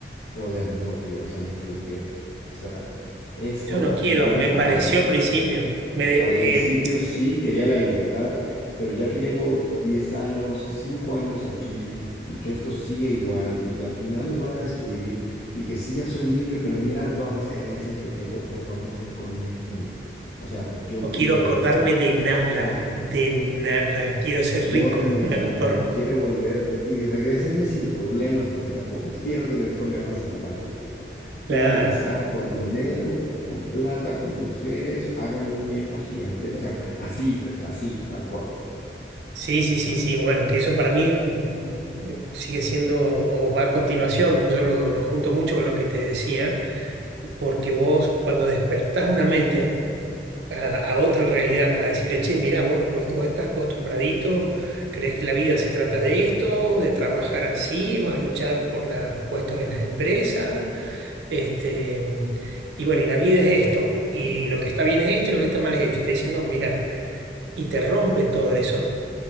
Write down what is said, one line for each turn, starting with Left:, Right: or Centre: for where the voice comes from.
Left: joder, no, tío, o sea, me equivoqué. O sea, esto
Right: Yo no quiero,
Left: no era
Right: me pareció
Left: para mí.
Right: al principio, me, de-
Left: Al principio
Right: eh,
Left: sí quería la
Right: eh,
Left: libertad, pero ya que llevo 10 años, 5 años aquí y que esto sigue igual y que al final nos van a destruir y que sí ya soy libre, pero mira todas las carencias que tengo, por favor, reconéctenme. O sea, yo
Right: no
Left: quiero
Right: quiero acordarme
Left: volver a,
Right: de nada,
Left: claro,
Right: de nada, quiero ser
Left: Bórrenme
Right: rico, un
Left: la
Right: actor.
Left: memoria, quiero volver y regrésenme sin problemas, porque tampoco quiero tener problemas en la Matrix, o sea, quiero
Right: Claro.
Left: regresar con dinero, con plata, con mujeres, háganme un miembro gigante, o sea, así pues, así, tal cual.
Right: Sí, sí, sí, sí. Bueno, que eso para mí mm, eh, sigue siendo o va a continuación. Yo lo, lo junto mucho con lo que te decía, porque vos cuando despertás una mente a, a otra realidad, a decirle, che, mirá, vos, vos, vos estás acostumbradito, crees que la vida se trata de esto, de trabajar así, vas a luchar por los puestos en las empresas, este, mm, y bueno, y la vida es esto, y lo que está bien es esto, y lo que está mal es esto. Y te diciendo, mirá, y te rompen todo eso